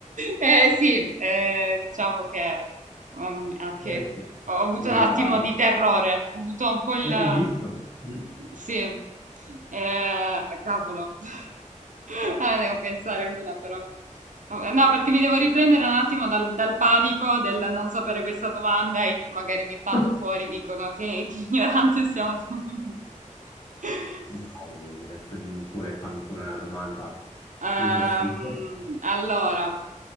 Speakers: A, on the right; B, on the left.
A: Eh, sì, eh, diciamo che, mamma mia, ah, che
B: Eh sì,
A: ho avuto
B: Garibaldi.
A: un attimo di terrore, ho avuto un po' il...
B: E ho visto. Mm.
A: Sì, eh, ah, cavolo. <laughs> Ah, devo pensare una però. No, perché mi devo riprendere un attimo dal, dal panico del non sapere questa domanda e qui magari mi fanno
B: <laughs>
A: fuori, dicono che, che ignorante stiamo tenendo. <laughs>
B: Vai, adesso dimmi pure, fammi pure una domanda
A: Ehm,
B: impossibile.
A: allora,